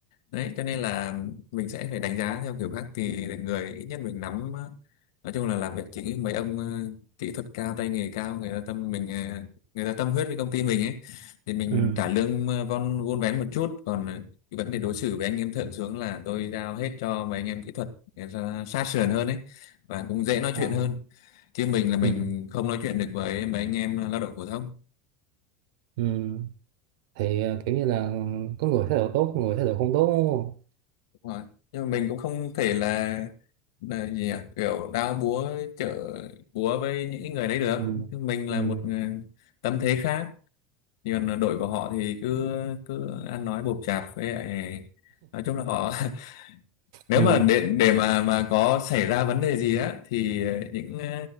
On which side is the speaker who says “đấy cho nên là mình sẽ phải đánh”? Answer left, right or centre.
Left